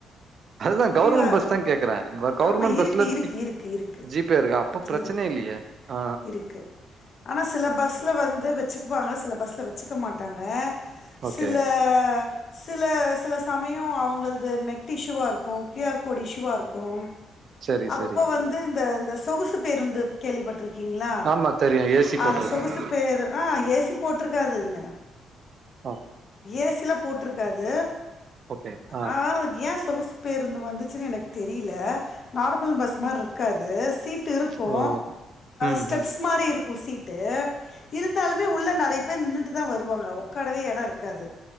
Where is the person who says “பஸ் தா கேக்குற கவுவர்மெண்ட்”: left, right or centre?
Right